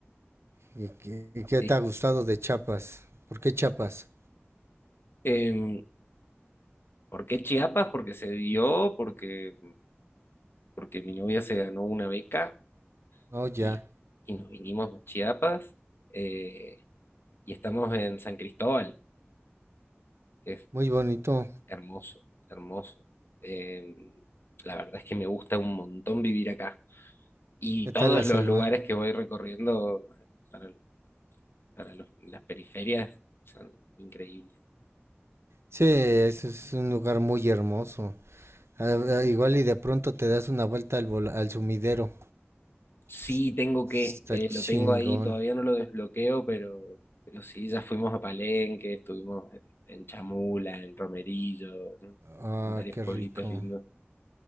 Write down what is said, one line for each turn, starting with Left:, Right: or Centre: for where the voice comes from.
Right: ¿Y qué, y qué
Left: Y,
Right: te ha gustado de Chiapas? ¿Por qué Chiapas?
Left: em, ¿por qué Chiapas? Porque se dio, porque, porque mi novia se ganó una beca
Right: Oh, ya.
Left: y, y nos vinimos a Chiapas. Eh, Y estamos en San Cristóbal, que es
Right: Muy bonito.
Left: hermoso, hermoso. Eh, la verdad es que me gusta un montón vivir acá. Y
Right: ¿Qué
Left: todos
Right: tal la selva?
Left: los lugares que voy recorriendo para, para los- las periferias son increíbles.
Right: Sí, ese es un lugar muy hermoso. Ah, ah, igual y de pronto te das una vuelta al, vol- al sumidero.
Left: Sí,
Right: Es-
Left: tengo que,
Right: Está
Left: eh,
Right: chingón.
Left: lo tengo ahí, todavía no lo desbloqueo, pero, pero sí, ya fuimos a Palenque, estuvimos en, en Chamula, en Romerillo, en
Right: Ah,
Left: en varios
Right: qué
Left: pueblitos
Right: rico.
Left: lindos.